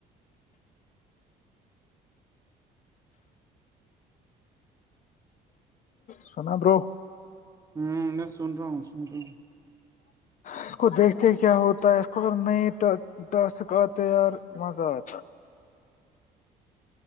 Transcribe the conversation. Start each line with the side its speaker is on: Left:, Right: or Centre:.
Left: سنا برو
Right: ہوں میں سن رہا ہوں سن رہا ہوں
Left: اس کو دیکھتے کیا ہوتا ہے اس کو اگر نئے ٹاسک آتے یار مزہ آتا